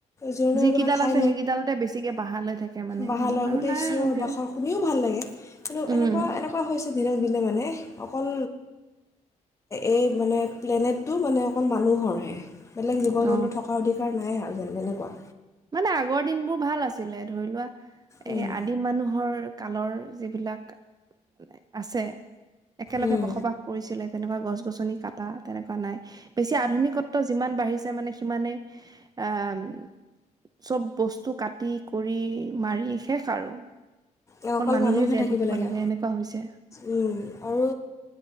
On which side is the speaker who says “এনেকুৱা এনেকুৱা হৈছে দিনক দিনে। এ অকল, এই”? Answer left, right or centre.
Left